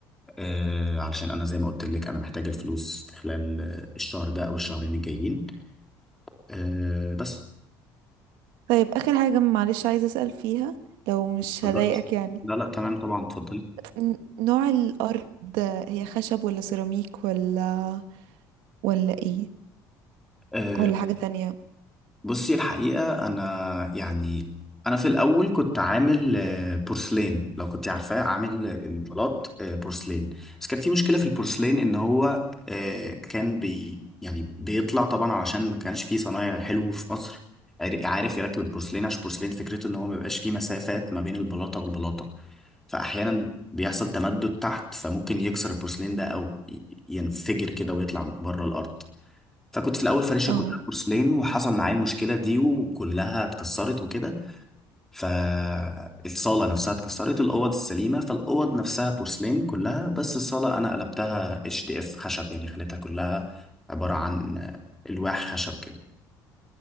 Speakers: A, in the centre; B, on the right.
A: آه، علشان انا زي ما قلت لك انا محتاج الفلوس في خلال آه، الشهر ده او الشهرين الجايين آه، بس
B: طيب اخر حاجة معلش عايزة اسأل فيها لو مش
A: اتفضلي
B: هضايقك يعني
A: لا لا تمام طبعا اتفضلي
B: ن- نوع الارض هي خشب ولا سيراميك ولا ولا ايه
A: آه،
B: ولا حاجة تانية
A: بصي الحقيقة أنا يعني أنا في الأول كنت عامل آه، بورسلين لو كنت عارفاه عامل آه، البلاط آه، بورسلين بس كان في مشكلة في البورسلين إن هو آه، كان بي يعني بيطلع طبعا علشان ما كانش فيه صنايع حلو في مصر عار- عارف يركب البورسلين عشان البورسلين فكرته إن هو ما بيبقاش فيه مسافات ما بين البلاطة والبلاطة فأحيانا بيحصل تمدد تحت فممكن يكسر البورسلين ده أو ي- ينفجر كده ويطلع بره الأرض فكنت في الاول فارشها
B: اه
A: كلها بورسلين وحصل معايا المشكله دي وكلها اتكسرت وكده فالصاله نفسها اتكسرت الاوض السليمه فالاوض نفسها بورسلين كلها بس الصاله انا قلبتها اتش دي اف خشب يعني خليتها كلها عباره عن الواح خشب كده